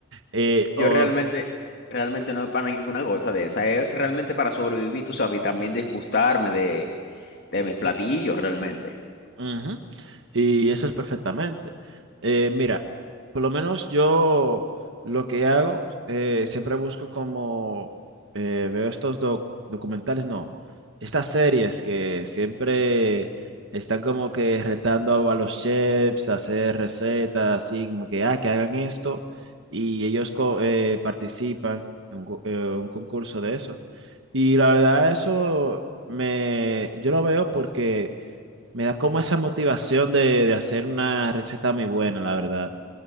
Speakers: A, on the right; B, on the left.
A: Eh,
B: Yo
A: ¿o
B: realmente, realmente no es para ninguna cosa de esa, es realmente para sobrevivir, tú sabes, y también disgustarme de, de mis platillos realmente.
A: Ujú. Y eso es perfectamente. Eh, mira, por lo menos yo lo que hago, eh, siempre busco como eh, veo estos doc- documentales, no, estas series que siempre están como que retando a los chefs a hacer recetas, así como que, ah, que hagan esto, y ellos co- eh, participan en un, co- eh, un concurso de eso. Y la verdad, eso me, yo lo veo porque me da como esa motivación de, de hacer una receta muy buena, la verdad.